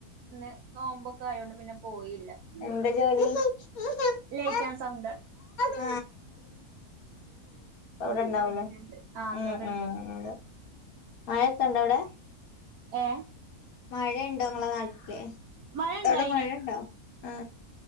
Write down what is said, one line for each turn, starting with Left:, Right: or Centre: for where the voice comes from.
Right: ഇന്ന് നോമ്പൊക്കെ ആയോണ്ട് പിന്നെ പോയില്ല ഇല്
Left: എന്താ ജോലി
Right: ലൈറ്റ് ആൻ്റ് സൗണ്ട്
Left: ആ അവിടെ
Right: അപ്പൊ
Left: ഇണ്ടാവൂലേ
Right: ഇന്ന് വീട്ടിലുണ്ട് ആ ഇന്നിവിടെണ്ട്
Left: ഉം ഉം ഉം മഴയൊക്കെണ്ടൊ അവിടെ
Right: ഏ
Left: മഴയുണ്ടോ ങ്ങളെ നാട്ടില്
Right: മഴ ഇണ്ടായിനി
Left: അവിടെ മഴയുണ്ടോ ആ